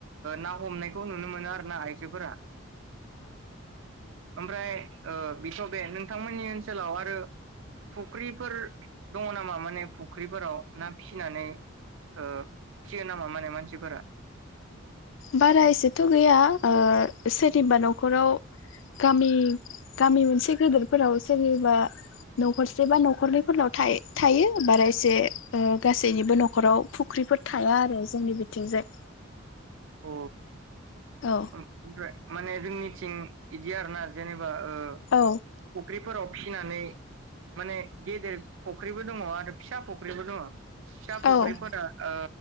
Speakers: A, on the right; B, on the left.
A: ना हमनायखौ नुनो मोनो आरो ना आइजोफोरा। ओमफ्राय ओ बेथ बे नोंथांमोननि ओनसोलाव आरो फुख्रिफोर दङ नामा माने फुख्रिफोराव ना फिसिनानै ओ। फिसियो नामा माने मानसिफोरा
B: बारा एसेथ गैया सोरनिबा न'खराव गामि गामि मोनसे गेदेरफोराव सोरनिबा न'खरसे बा न'खरनैफोरनाव थायो बारा एसे गासैनिबो न'खराव फुख्रिफोर थाया आरो जोंनि बिथिंजाय।
A: अ
B: औ
A: ओमफ्राय माने जोंनिथिं जों बिदि आरो ना जेनेबा आ ओ
B: औ
A: फुख्रिफोराव फिसिनानै माने गेदेर फुख्रिबो दङ आरो फिसा फुख्रिबो दङ। फिसा फुख्रिफोर
B: औ
A: आ